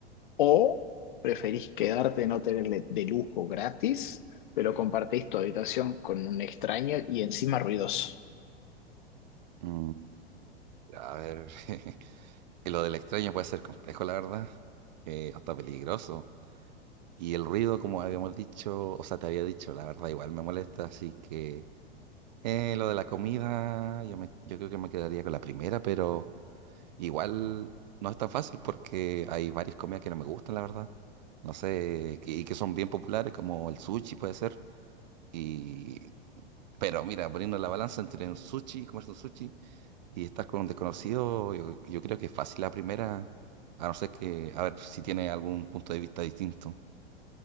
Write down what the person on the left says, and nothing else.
¿O preferís quedarte en hoteles de de lujo gratis, pero compartís tu habitación con un extraño y encima ruidoso?